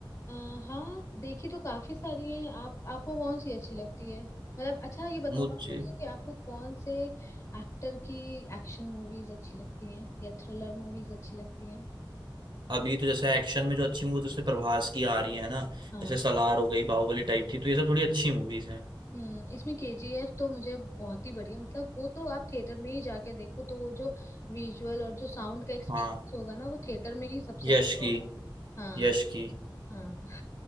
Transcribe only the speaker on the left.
अ, हाँ देखी तो काफी सारी हैं आप आपको कौन सी अच्छी लगती है मतलब अच्छा ये बताओ
आप मुझे कि आपको कौन से एक्टर की एक्शन मूवीज अच्छी लगती हैं या थ्रिलर मूवीज अच्छी लगती हैं
हाँ
हम्म इसमें केजीएफ तो मुझे बहुत ही बढ़िया मतलब वो तो आप थिएटर में ही जाके देखो तो वो जो विजुअल और जो साउंड का एक्सपीरियंस
होगा ना वो थिएटर में ही सबसे
अच्छा
होगा हाँ
हाँ हाँ।